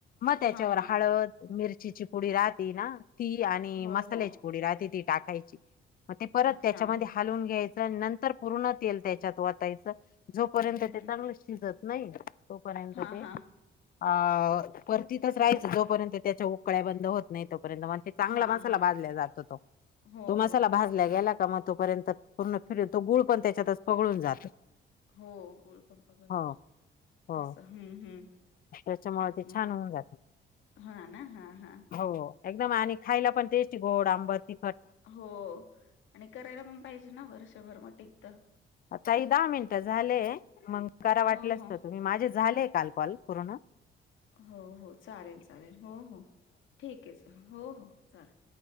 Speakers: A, on the left; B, on the left.
A: मग त्याच्यावर
B: हां, हां.
A: हळद मिर चीची पुडी राहते ना ती आणि
B: हो,
A: मसाल्याची
B: हो.
A: पुडी राहते ती टाकायची. मग ते परत
B: अच्छा.
A: त्याच्यामध्ये
B: हां,
A: हालून
B: हां.
A: घ्यायचं नंतर पूर्ण तेल त्याच्यात वतायचं. जोपर्यंत
B: हं,
A: ते चांगलं
B: हं.
A: शिजत नाही तोपर्यंत
B: हां,
A: ते
B: हां.
A: अ परतीतच रायचं जोपर्यंत त्याच्या उकळ्या बंद होत नाहीत. तोपर्यंत म्हणती चांगला
B: हां,
A: मसाला
B: हां.
A: भाजल्या जातो
B: हो,
A: तो मसाला
B: हो.
A: भाजला गेला का म तोपर्यंत पूर्ण फिरून तो गुळ पण त्याच्यातच पगळून जातो.
B: हो गुळ पण पगळतो
A: हो हो
B: असं हम्म हम्म
A: त्याच्यामुळे
B: तेच
A: ते
B: ना.
A: छान होऊन जात
B: हां ना. हां, हां.
A: हो एकदम आणि खायला पण टेस्टी गोड आंबट ती
B: हो आणि करायला पण पाहिजे ना वर्षभर म टिकत.
A: आ ताई दहा मिनटं झाले मग करा
B: हो
A: वाटलस
B: हो
A: तर तुम्ही माझे झाले. काल कॉल पुर्ण.
B: हो हो चालेल चालेल हो हो ठीक आहे स हो हो चालेल.